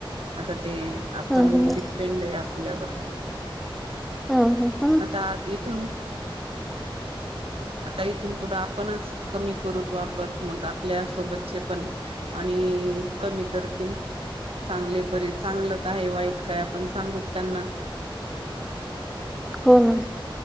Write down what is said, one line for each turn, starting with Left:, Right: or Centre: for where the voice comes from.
Right: आता ते आपण
Centre: हम्म हम्म
Right: डिपेंड आहे आपल्यावर-
Centre: हम हम.
Right: आता इथून. आता इथून पुढं आपणच कमी करूत वापर मग आपल्या सोबतचे पण आणि कमी करतील. चांगले परी चांगलं काय वाईट काय आपण सांगू त्यांना
Centre: हो ना.